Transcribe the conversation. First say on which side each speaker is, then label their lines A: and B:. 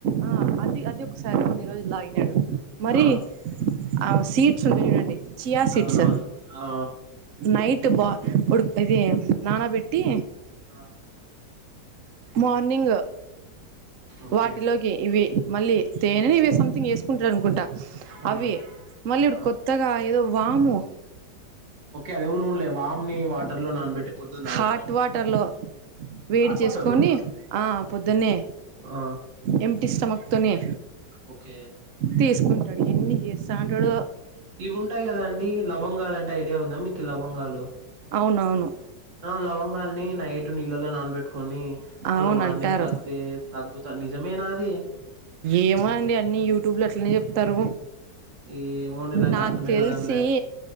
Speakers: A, on the right; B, on the right.
A: ఆ అది అది ఒకసారి కొన్ని రోజులు తాగినాడు మరి
B: ఆ
A: ఆ సీట్స్ ఉంటయి చూడండి చియా సీడ్స్
B: అవునవునులే ఆ
A: నైట్ బా ఉడు ఇది నానబెట్టి
B: ఆ
A: మార్నింగ్
B: ఓకే
A: వాటిలోకి ఇవి మళ్ళీ తేనే ఇవి సథింగ్ వేసుకుంటారు అనుకుంటా
B: ఆ
A: అవి మళ్ళీ
B: ఆ
A: ఇప్పుడు కొత్తగా ఏదో వాము
B: ఓకే అది ఊనున్లే వామ్ని వాటర్ లో నానబెట్టి పొద్దున్న తాగుతారేమో
A: హాట్ వాటర్ లో వేడి
B: హాట్
A: చేసుకొని
B: వాటర్ లోనా
A: ఆ పొద్దునే
B: ఆ
A: ఎంటి స్టమక్తోనే
B: ఓకే
A: తీసుకుంటాడు ఎన్ని చేస్తాంటాడో
B: ఇవి ఉంటాయి కదా అండి లవంగాలు అంటే ఐడియా ఉందా మీకు లవంగాలు
A: అవునవును
B: ఆ లవంగాల్ని నైట్ నీళ్ళలో నానబెట్టుకొని మళ్ళ
A: అవును
B: మార్నింగ్
A: అంటారు
B: తాగితే తగ్గుతా నిజమేనా అదీ
A: ఏమో అండి అన్ని యూట్యూబ్ లో అట్లనే చెప్తారు
B: ఏమోండి
A: నాకు
B: అర్థమే
A: తెలిసి
B: కావడంలే